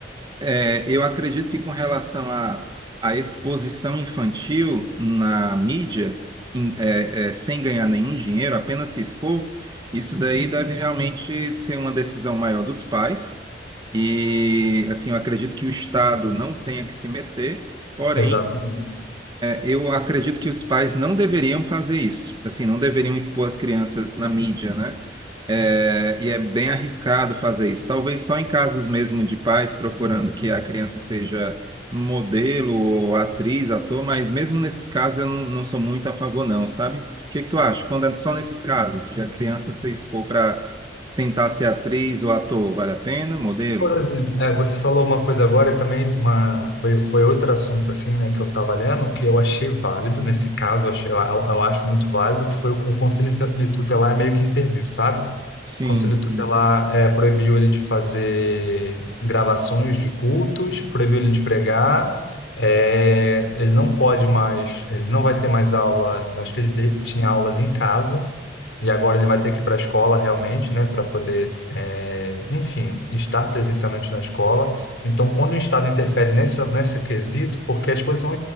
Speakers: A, on the right (about 25°); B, on the left (about 80°).
A: eh, eu acredito que com relação à à exposição infantil na mídia, em- eh, eh, sem ganhar nenhum dinheiro, apenas se expor, isso daí deve realmente ser uma decisão maior dos pais. E, assim, eu acredito que o Estado não tenha que se meter. Porém,
B: exatamente.
A: eu acredito que os pais não deveriam fazer isso, assim, não deveriam expor as crianças na mídia, né? É, e é bem arriscado fazer isso. Talvez só em casos mesmo de pais procurando que a criança seja modelo ou atriz, ator, mas mesmo nesses casos eu não, não sou muito a favor, não, sabe? O que que tu acha? Quando é só nesses casos, de a criança se expor para tentar ser atriz ou ator, vale a pena? Modelo?
B: Por exemplo, é, você falou uma coisa agora e também uma, foi, foi outro assunto assim, né, que eu estava lendo, que eu achei válido, nesse caso, eu, achei, eu, eu acho muito válido, que foi o, o Conselho Inte- Tutelar meio que interviu, sabe? O
A: Sim,
B: Conselho
A: sim.
B: Tutelar é, proibiu ele de fazer gravações de cultos, proibiu ele de pregar, é, ele não pode mais, ele não vai ter mais aula, acho que ele te- tinha aulas em casa, e agora ele vai ter que ir para a escola realmente, né, para poder, eh, enfim, estar presencialmente na escola. Então, quando o Estado interfere nessa, nesse quesito, porque a exposição,